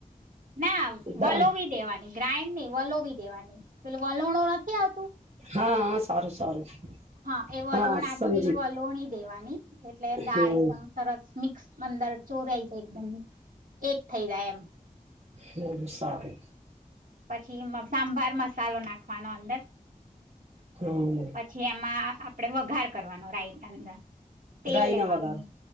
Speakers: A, on the right; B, on the right.
A: ના
B: દા
A: વલોવી દેવાની ગ્રાઇન્ડ નઈ વલોવી દેવાની પેલુ વલણો નથી આવતું
B: હા હા સારું સારું
A: હા એ વલોણાથી
B: હા સમજી
A: વલોણી દેવાની એટલે
B: હમ
A: દાળ એકદમ સરસ મિક્સ અદર ચોરય એકદમ એક થઈ જાય એમ
B: હમ સારું
A: પછી સાંભાર મ સાલો નાખવાનો અંદર
B: હમ
A: પછી એમાં આપડે વઘાર કરવાનો રાઈટ અંદર તેલ
B: રાય
A: લેવાનું
B: ના વઘાર